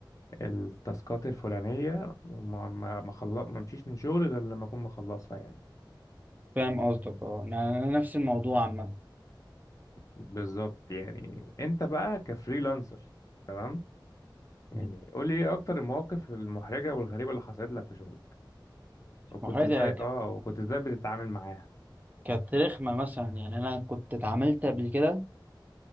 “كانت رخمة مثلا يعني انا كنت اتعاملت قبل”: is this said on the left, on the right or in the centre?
Right